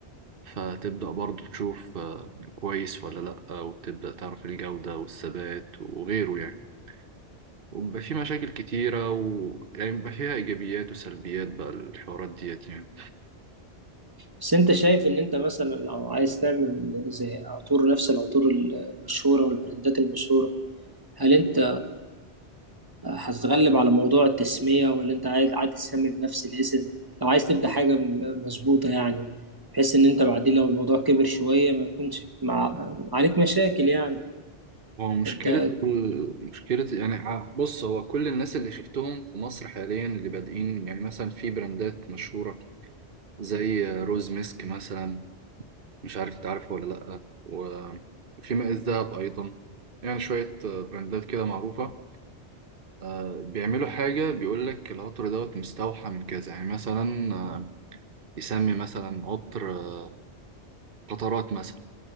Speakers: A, on the right (about 55°); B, on the right (about 20°).
A: فتبدأ برضو تشوف آه، كويس ولا لأ وتبدأ تعرف الجودة والثبات وغيره يعني وبيبقى في مشاكل كتيرة و يعني بيبقى فيها إيجابيات وسلبيات بقى الحوارات ديت يعني
B: بس انت شايف ان انت مثلا لو عايز تعمل زي عطور نفس العطور المشهورة والبراندات المشهورة هل انت هتتغلب على موضوع التسمية ولا انت عايز عادي تسمي بنفس الاسم لو عايز تبدأ حاجة م- مظبوطة يعني بحيث ان انت بعدين لو الموضوع كبر شوية ما يكونش مع... عليك مشاكل يعني
A: هو مشكلة
B: انت
A: مشكلة يعني ع- بص هو كل الناس اللي شفتهم في مصر حاليا اللي بادئين يعني مثلا في براندات مشهورة زي آه، روز ميسك مثلا مش عارف انت عارفه ولا لأ و- وفي ماء الذهب أيضا يعني شوية آه، براندات كده معروفة آه، بيعملوا حاجة بيقول لك العطر دوت مستوحى من كذا يعني مثلا آه، يسمي مثلا عطر آه، قطرات مثلا